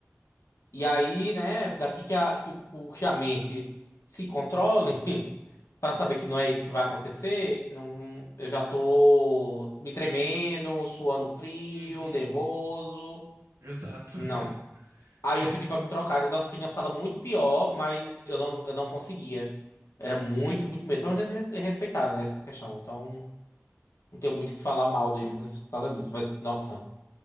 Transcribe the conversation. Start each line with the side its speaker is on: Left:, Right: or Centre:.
Left: E aí, né, daqui que a, que, o, que a mente se controle, <laughs> para saber que não é isso que vai acontecer, não, eu já tô me tremendo, suando frio,
Right: Uhum.
Left: nervoso.
Right: Exato.
Left: Não.
Right: <laughs>
Left: Aí eu pedi para
Right: É,
Left: me trocar. Nossa, eu fiquei numa sala muito pior, mas eu não, eu não conseguia. Era muito, muito medo. Mas eles res- respeitaram, né, essa questão. Então, não tenho muito o que falar mal deles por causa disso. Mas, nossa,